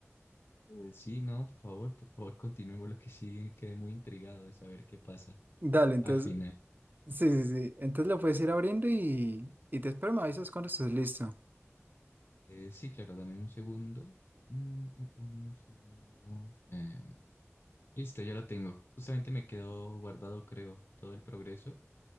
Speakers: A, on the left; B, on the right.
A: Eh, sí, no, por favor, por favor, <laughs> continuemos lo que sí quedé muy intrigado de saber qué pasa
B: Dale, entonces,
A: al final.
B: sí, sí, sí. Entonces lo puedes ir abriendo y, y te espero, me avisas cuando estés listo.
A: Eh, sí, claro, dame un segundo. Un, un- un segundo. Em, listo, ya lo tengo. Justamente me quedó guardado, creo, todo el progreso.